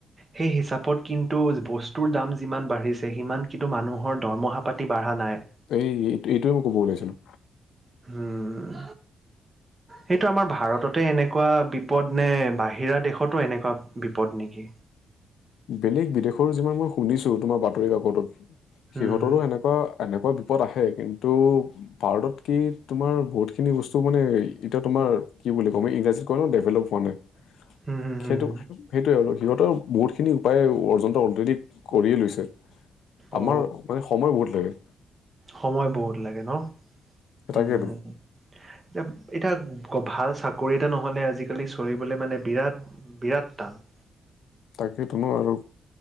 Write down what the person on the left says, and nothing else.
এই-এইটোৱে টো মই ক'ব ওলাইছিলোঁ
বেলেগ বিদেশৰো যিমান মই শুনিছো তোমাৰ বাতৰি কাকতত
সিহঁতৰো সেনেক- এনেকুৱা এনেকুৱা বিপদ আহে কিন্তু ভাৰতত কি তোমাৰ বহুতখিনি বস্তু মানে এতিয়া তোমাৰ কি বুলি ক' আমি ইংৰাজীত কয় ন ডেভেলপ হোৱা নাই
সেইটো- সেইটোয়ে আৰু সিহঁতৰো বহুত- খিনি উপায়ে অৰ্জন্ত অলৰেডি কৰিয়ে লৈছে
আমাৰ মানে সময় বহুত লাগে।
তাকেতো
তাকেই তোনো আৰু